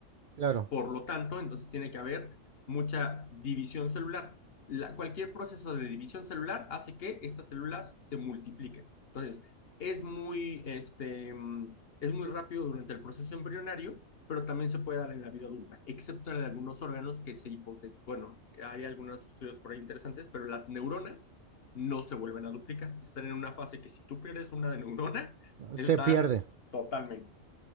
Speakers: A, on the right; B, on the left.
A: claro,
B: Por lo tanto, entonces tiene que haber mucha división celular. La- cualquier proceso de división celular hace que estas células se multipliquen. Entonces, es muy, este, mm, es muy rápido durante el proceso embrionario, pero también se puede dar en la vida adulta, excepto en algunos órganos que se hipotecan. Bueno, hay algunos estudios por ahí interesantes, pero las neuronas no se vuelven a duplicar. Están en una fase que si tú pierdes una <laughs> neurona, está
A: se pierde.
B: totalmente.